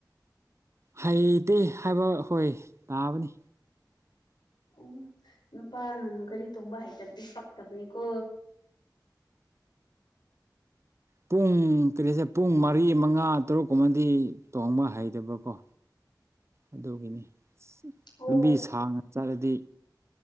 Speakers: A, on the right; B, on the left.
A: ꯍꯩꯇꯦ ꯍꯥꯏꯕ ꯑꯩꯈꯣꯏ ꯇꯥꯕꯅꯤ
B: ꯑꯣ ꯅꯨꯄꯥꯅ ꯒꯥꯔꯤ ꯊꯣꯡꯕ ꯍꯩꯇꯕꯗꯤ ꯄꯛꯇꯕꯅꯤꯀꯣ
A: ꯄꯨꯡ ꯀꯔꯤꯁꯦ ꯄꯨꯡ ꯃꯔꯤ ꯃꯉꯥ ꯇꯔꯨꯛꯀꯨꯝꯕꯗꯤ ꯇꯣꯡꯕ ꯍꯩꯗꯕꯀꯣ ꯑꯗꯨꯒꯤꯅꯤ
B: ꯑꯣ
A: ꯂꯝꯕꯤ ꯁꯥꯡꯅ ꯆꯠꯂꯗꯤ